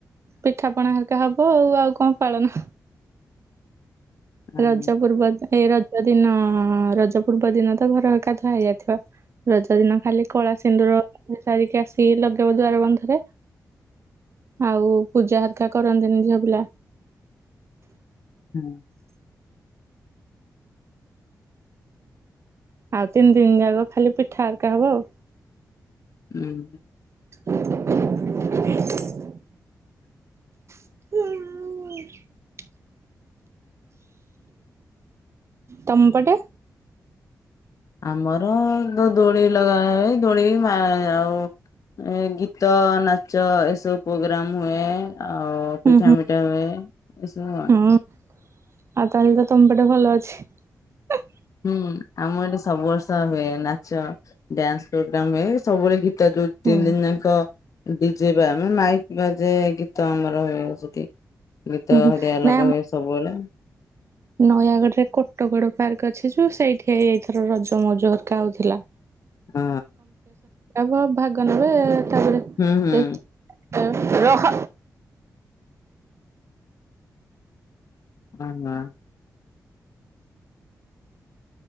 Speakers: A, on the right (about 45°); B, on the left (about 55°).
A: ପିଠା ପଣା ହେରିକା ହବ ଆଉ ଆଉ କଣ ପାଳନ
B: ହୁଁ
A: ରଜ ପୂର୍ବ ଜ ଏଇ ରଜ ଦିନ ରଜ ପୂର୍ବ ଦିନ ତ ଘର ଏକାଧୁଆ ହେଇଯାଇଥିବ। ରଜ ଦିନ ଖାଲି କଳା ସିନ୍ଦୁର ସାରିକି ଆସିିକି ଲଗେଇବ ଦ୍ୱାର ବନ୍ଧରେ। ଆଉ ପୂଜା ହେରିକା କରନ୍ତିନି ଝିଅ ପିଲା।
B: ହୁଁ।
A: ଆଉ ତିନି ଦିନ ଯାକ ଖାଲି ପିଠା ହରିକା ହବ ଆଉ।
B: ହୁଁ।
A: <unintelligible> ହୁଁ। ତମପଟେ।
B: ଆମର ଯୋଉ ଦୋଳି ଲଗା ହୁଏ ଦୋଳି ମା ଆଉ। ଏ ଗୀତ ନାଚ ଏସବୁ ପ୍ରୋଗ୍ରାମ ହୁଏ। ଆଉ
A: ହୁଁ
B: ପିଠା
A: ହୁଁ
B: ମିିଠା ହୁଏ ଏସବୁ ଆଉ।
A: ହଁ ଆଉ ତାହେଲେ ତ ତମ ପଟେ ଭଲ ଅଛି।
B: ହୁଁ ଆମ ଏଠି ସବୁ ବର୍ଷ ହୁଏ ନାଚ ଡ୍ୟାନ୍ସ ପ୍ରୋଗ୍ରାମ ହୁଏ ସବୁବେଳେ ଗୀ ତ ଯୋଉ
A: ହୁଁ
B: ତିନି ଦିନ ଯାଙ୍କ ଡିଜେ ବା ମାନେ ମାଇକ ବାଜେ ଗୀତ ଆମର ହୁଏ ସେଠି। ଗୀତ
A: ହୁଁ ହୁଁ
B: ସେଠି ଅଲଗା
A: ନାଇଁ ଆମ
B: ହୁଏ ସବୁବେଳେ।
A: ନୟାଗଡରେ କୋଟଗଡ ପାର୍କ ଅଛି ଯୋଉ ସେଇଠି ଏଇ ଏଇଥର ରଜ ମଉଜ ହରିକା ହଉଥିଲା।
B: ହଁ।
A: ଆପଣ ଭାଗ ନେବେ ତାପରେ
B: ହୁଁ ହୁଁ।
A: ଏଇ <unintelligible> ରହ।
B: ହଁ ହଁ।